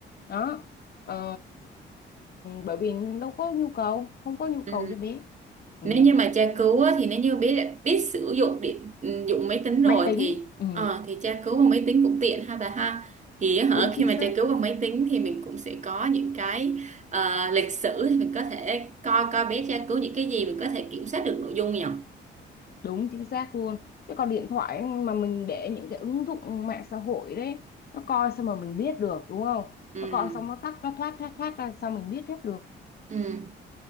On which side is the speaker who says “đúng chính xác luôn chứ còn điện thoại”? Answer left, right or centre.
Left